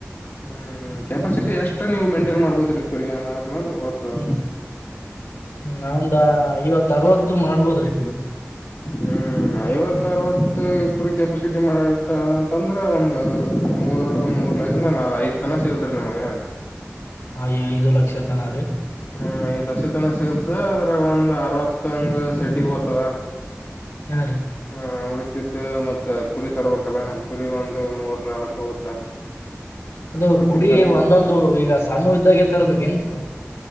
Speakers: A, on the left; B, on the left.
A: ಹ್ಮ್ ಕೆಪಾಸಿಟಿಷ್ಟು ನೀವು ಎಷ್ಟು ಮೈಂಟೈನ್ ಮಾಡ್ಬೋದ್ರಿ ಕುರಿ ಅನ್ನೋದ್ರ ಮೇಲೆ ಹೋಗ್ತದ
B: ಹ್ಮ್ ನಾವಂದ ಐವತ್ತ ಅರ್ವತ್ತು ಮಾಡ್ಬೋದ್ರಿ
A: ಹ್ಮ್ ಐವತ್ತ ಅರವತ್ತು ಕುರಿ ಕೆಪಾಸಿಟಿ ಮಾಡಿಟದ ಅಂತಂದ್ರೆ ಒಂದು ಮೂರ್ ಮೂರ್ ಲೈ ನಾ ಐ ತನ ಸಿಗತ್ ರೀ ನಿಮ್ಗೆ
B: ಆ ಐದು ಲಕ್ಷ ತನ ರಿ
A: ಹ್ಮ್ ಐದ್ ಲಕ್ಷ ತನ ಸಿಗತದ ಅದ್ರ ಒಂದ್ ಅರವತ್ತ ಹಂಗ ಸೆಡ್ಗೆ ಬ್ತದ
B: <unintelligible> ಯಾ ರೀ
A: ಹ ಉಳಕಿದ್ದ ಮತ್ ಕುರಿ ತರ್ಬೇಕಲ್ಲ ಕುರಿ ಒಂದು ಮೂರ್ ನಾಲ್ಕಕ್ ಹೋಗುತ್ತ
B: ಅದು
A: ಉಳಕಿದ್ದೆಲ್ಲ
B: ಕುಡಿ ಒಂದೊಂದು ಈಗ ಸಣ್ಣ ಇದ್ದಾಗೆ ತರ್ಬೇಕ ಏನ್ರು